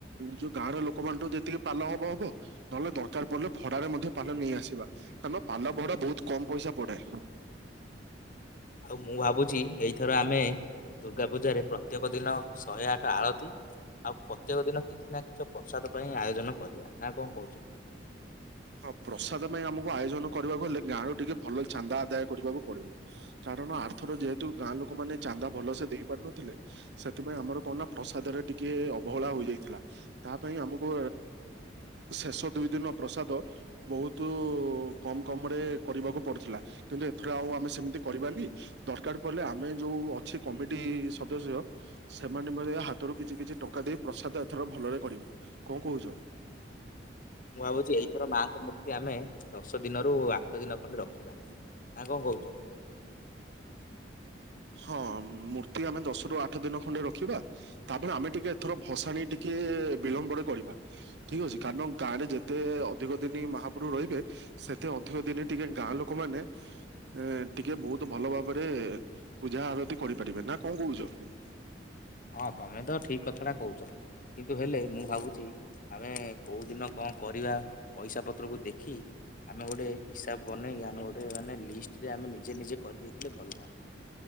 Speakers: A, on the right; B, on the left.
A: ଯୋଉ ଗାଁର ଲୋକମାନଠୁ ଯେତିକି ପାଲ ହବ ହବ ନହେଲେ ଦରକାର ପଡିଲେ ଭଡାରେ ମଧ୍ୟ ପାଲ ନେଇଆସିବା କାରଣ ପାଲ ଭଡା ବହୁତ କମ ପଇସା ପଡେ।
B: ଆଉ ମୁଁ ଭାବୁଛି ଏଇଥର ଆମେ ଦୁର୍ଗା ପୂଜାରେ ପ୍ରତ୍ୟେକ ଦିନ ଶହେ ଆଠ ଆଳତିୀ ଆଉ ପ୍ରତ୍ୟେକ ଦିନ କିଛି ନା କିଛି ପ୍ରସାଦ ପାଇଁ ଆୟୋଜନ କରିବା ନା କଣ କହୁଛ?
A: ହଁ ପ୍ରସାଦ ପାଇଁ ଆମକୁ ଆୟୋଜନ କରିବାକୁ ହେଲେ ଗାଁ ର ଟିକେ ଭଲ ଚାନ୍ଦା ଆଦାୟ କରିବାକୁ ପଡିବ କାରଣ ଆର୍ଥର ଯେହେତୁ ଗାଁ ଲୋକ ମାନ ଚାନ୍ଦା ଭଲ ସେେ ଦେଇ ପାରୁନଥିଲେ ସେଥିପାଇଁ ଆମର କଣ ନା ପ୍ରସାଦରେ ଟିକେ ଅବହେଳା ହୋଇଯାଇଥିଲା ତା ପାଇଁ ଆମକୁ ଶେଷ ଦୁଇ ଦିନ ପ୍ରସାଦ ବହୁତ କମ କମ ରେ କରିବାକୁ ପଡୁଥିଲା କିନ୍ତୁ ଏଥର ଆଉ ଆମେ ସେମିତି କରିବାନି ଦରକାର ପଡ଼ିଲେ ଆମେ ଯୋଉ ଅଛି କମିଟି ସଦସ୍ୟ ସେମାନେ ହାତରୁ କିଛି କିଛି ଟଙ୍କା ଦେଇ ପ୍ରସାଦ ଏଥର ଭଲରେ କରିବା କଣ କହୁଛ?
B: ମୁଁ ଭାବୁଛି ଏଇଥର ମାଙ୍କ ମୂର୍ତ୍ତି ଆମେ ଦଶ ଦିନରୁ ଆଠ ଦିନ ଖଣ୍ଡେ ରଖିବା ଆ କଣ କହୁଛ?
A: ହଁ ମୂର୍ତ୍ତି ଆମେ ଦଶ ରୁ ଆଠ ଦିନ ଖଣ୍ଡେ ରଖିବା ତାପରେ ଆମେ ଟିକେ ଏଥର ଭସାଣି ଟିକେ ବିଳମ୍ବରେ କରିବା ଠିକ ଅଛି କାରଣ ଗାଁ ରେ ଯେତେ ଅଧିକ ଦିନ ମହାପ୍ରଭୁ ରହିବେ ସେତେ ଅଧିକ ଦିନ ଟିକେ ଗାଁ ଲୋକ ମାନେ ଏ ଟିକେ ବହୁତ ଭଲ ଭାବରେ ପୂଜା ଆରତି କରିପାରିବେ ନା କଣ କହୁଛ?
B: ହଁ ତମେ ତ ଠିକ କଥାଟା କହୁଛ କିନ୍ତୁ ହେଲେ ମୁଁ ଭାବୁଛି ଆମେ କଉଦିନ କଣ କରିବା ପଇସା ପତ୍ରକୁ ଦେଖି ଆମେ ଗୋଟେ ହିସାବ ବନେଇ ଆମେ ଗୋଟେ ମାନେ ଲିଷ୍ଟରେ ଆମେ ନିଜେ ନିଜେ କରିଦେଇଥିଲେ ଭଲ ହୁଅନ୍ତା